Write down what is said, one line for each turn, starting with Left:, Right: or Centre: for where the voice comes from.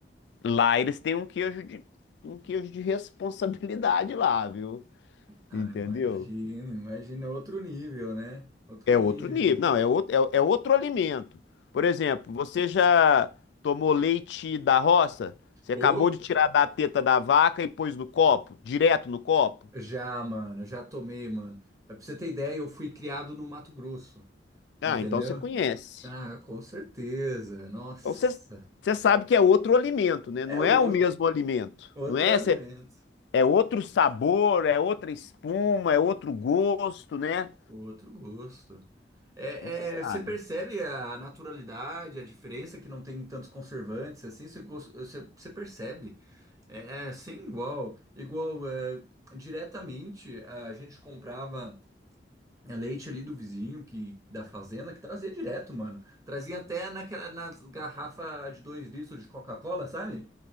Left: Lá eles têm um queijo de, um queijo de responsabilidade lá, viu?
Right: Ah,
Left: Entendeu?
Right: imagino, imagina outro nível, né? Outro
Left: É
Right: nível.
Left: outro nível. Não, é outro, é, é outro alimento. Por exemplo, você já tomou leite da roça? Você
Right: Ô,
Left: acabou de tirar da teta da vaca e pôs no copo? Direto
Right: ô,
Left: no copo?
Right: já, mano, já tomei, mano. Pra você ter ideia, eu fui criado no Mato Grosso.
Left: Ah,
Right: Entendeu?
Left: então você conhece.
Right: Ah, com certeza. Nossa.
Left: Então você, você sabe que é outro alimento, né?
Right: É
Left: Não
Right: outro,
Left: é o mesmo alimento.
Right: outro
Left: Não é?
Right: alimento.
Left: Você- é
Right: Hum,
Left: outro sabor, é outra espuma, é outro gosto, né?
Right: outro gosto. É,
Left: Então você sabe.
Right: é, você percebe a naturalidade, a diferença que não tem tantos conservantes, assim, você, gos- você, você percebe. É, é sem igual. Igual, é, diretamente, a gente comprava eh, leite ali do vizinho, que da fazenda, que trazia direto, mano. Trazia até naquela, nas garrafas de 2 litros de Coca-Cola, sabe?